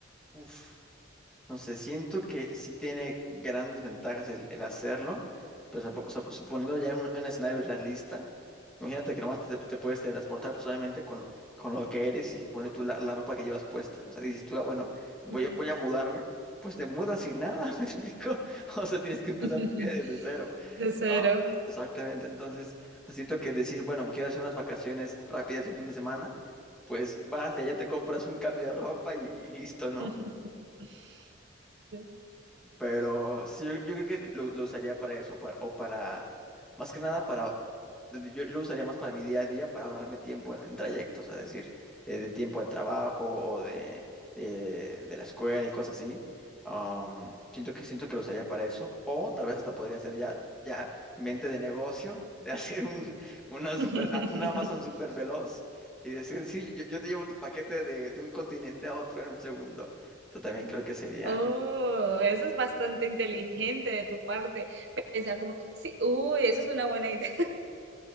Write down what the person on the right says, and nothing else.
Ujú.
<laughs>
De cero.
<laughs> Sí.
<laughs>
Oh, eso es bastante inteligente de tu parte. Pensar como, sí, uy, eso es una buena idea.